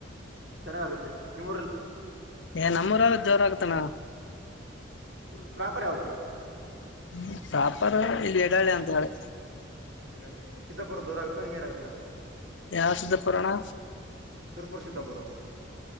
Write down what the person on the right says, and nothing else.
ಹ್ಮ್ ಚೆನ್ನಾಗಾಗುತ್ತೆ ನಿಮ್ಮೂರಲ್ಲಿ.
ನಿಮ್ದು ಪ್ರಾಪರ್ ಯಾವ್ದು.
ಯಡ್ಡಳಿ ಸಿದ್ದಾಪುರ ದೂರ ಆಗುತ್ತಾ ನೀಯರ್ ಆಗುತ್ತಾ.
ಸುರಪುರ ಸಿದ್ದಾಪುರ.